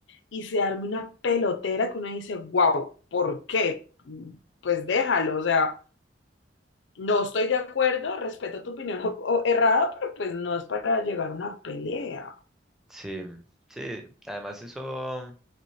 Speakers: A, on the left; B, in the centre.
A: y se arme una pelotera que uno dice, wow, ¿por qué? Pues déjalo, o sea, no estoy de acuerdo, respeto tu opinión o- o errada, pero pues no es para llegar a una pelea.
B: sí, sí, además eso,